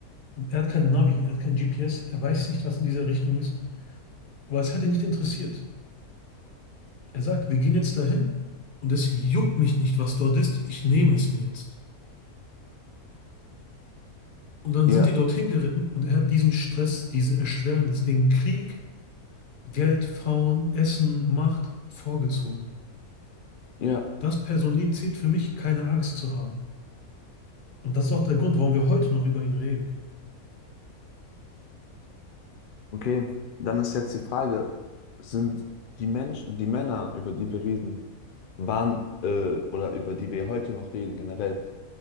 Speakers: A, on the left; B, on the left.
A: Und er hat kein Navi, er hat kein GPS, er weiß nicht, was in dieser Richtung ist. Aber es hat ihn nicht interessiert. Er sagt, wir gehen jetzt dahin und es juckt mich nicht, was dort ist, ich nehme es mir jetzt. Und dann
B: Ja,
A: sind die dorthin geritten und er hat diesen Stress, diese Erschwernis, den Krieg, Geld, Frauen, Essen, Macht vorgezogen.
B: ja,
A: Das personifiziert für mich, keine Angst zu haben. Und das ist auch der Grund, warum wir heute noch über ihn reden.
B: okay. Dann ist jetzt die Frage, sind die Menschen, die Männer, über die wir reden, waren, äh, oder über die wir heute noch reden, generell,